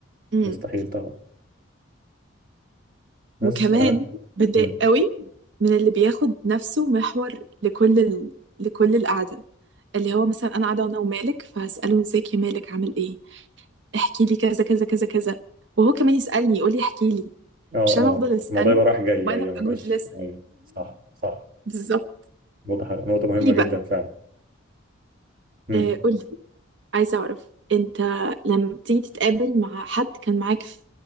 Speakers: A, on the right; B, on the right.
A: امم
B: مستحيل طبعا ناس
A: وكمان
B: أنا
A: بتضايق
B: مم.
A: قوي من اللي بياخد نفسه محور لكل ال... لكل القعدة اللي هو مثلا أنا قاعدة أنا ومالك فهسأله ازيك يا مالك عامل إيه احكي لي كذا كذا كذا كذا وهو كمان يسألني يقول لي احكي لي
B: آه
A: مش
B: آه
A: انا افضل اسأله
B: الموضوع يبقى رايح جاي
A: وانا
B: أيوه
A: ابقى
B: ما يبقاش
A: جود لسن
B: أيوه صح صح
A: بالظبط
B: نقطة حلوة. نقطة مهمة
A: قولي
B: جدا
A: بقى
B: فعلا مم.
A: آه، قولي عايزة اعرف انت لما بتيجي تتقابل مع حد كان معاك في